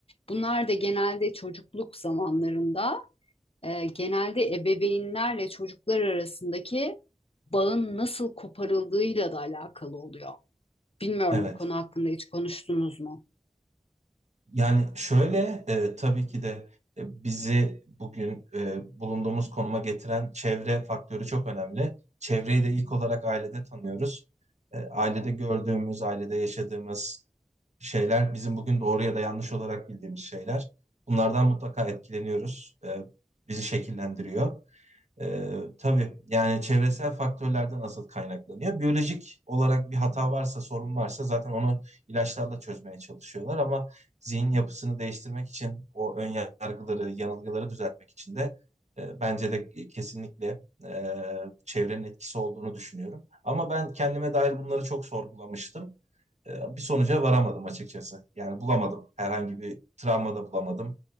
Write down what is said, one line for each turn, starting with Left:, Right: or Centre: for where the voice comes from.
Left: Bunlar da genelde çocukluk zamanlarında e, genelde ebeveynlerle çocuklar arasındaki bağın nasıl koparıldığıyla da alakalı oluyor. Bilmiyorum
Right: Evet.
Left: bu konu hakkında hiç konuştunuz mu?
Right: Yani şöyle e, tabii ki de e, bizi bugün e, bulunduğumuz konuma getiren çevre faktörü çok önemli. Çevreyi de ilk olarak ailede tanıyoruz. E, ailede gördüğümüz, ailede yaşadığımız şeyler bizim bugün doğru ya da yanlış olarak bildiğimiz şeyler. Bunlardan mutlaka etkileniyoruz. E, bizi şekillendiriyor. Ee, tabii yani çevresel faktörlerden asıl kaynaklanıyor. Biyolojik olarak bir hata varsa, sorun varsa zaten onu ilaçlarla çözmeye çalışıyorlar ama zihin yapısını değiştirmek için o ön yargıları, yanılgıları düzeltmek için de e, bence de kesinlikle e, çevrenin etkisi olduğunu düşünüyorum. Ama ben kendime dair bunları çok sorgulamıştım. E, bir sonuca varamadım açıkçası. Yani bulamadım. Herhangi bir travma da bulamadım.